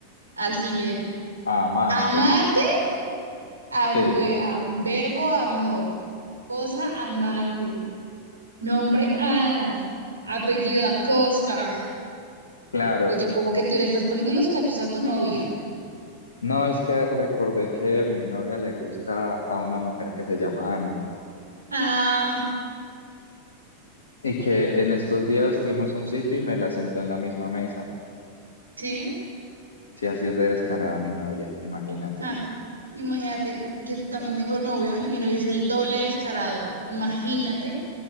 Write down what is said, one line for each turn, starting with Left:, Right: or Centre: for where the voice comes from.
Right: Alfiler.
Left: amante.
Right: Amante. am-
Left: Sí,
Right: am- verbo amor. Cosa amante. Nombre Ana. Apellido Acosta.
Left: claro.
Right: Oye, ¿cómo que tú le estás poniendo los cachos a tu novia?
Left: No es que recordé que mi novia le gusta a una mujer que se llama Ana
Right: Ah,
Left: y que en estos días fuimos a un sitio y me la sentó en la misma mesa.
Right: sí.
Left: Sí, así es de descarada mi novia, imagínate.
Right: Ja, imagínate, yo también tengo novio y mi novio es el doble descarado. Imagínate